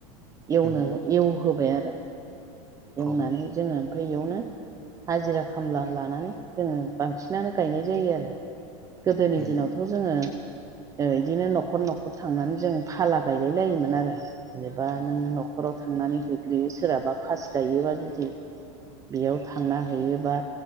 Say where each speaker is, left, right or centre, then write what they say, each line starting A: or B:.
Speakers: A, on the right; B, in the centre.
A: एनो
B: उम
A: एवहोबाय आरो एवनानै
B: औ
A: जोङो ओमफ्राय इयावनो हाजिरा खामला लानानै जोङो बांसिनानो गायनाय जायो आरो गोदोनि
B: उम
A: दिनावथ' जोङो इदिनो न'खर न'खर थांनानै जों फाला गायलाय लायोमोन आरो जेनेबा नों न'खराव थांनानै हैग्रोयो सोरहाबा फास्ट गायोबा जुदि बेयाव थांना हैयो बा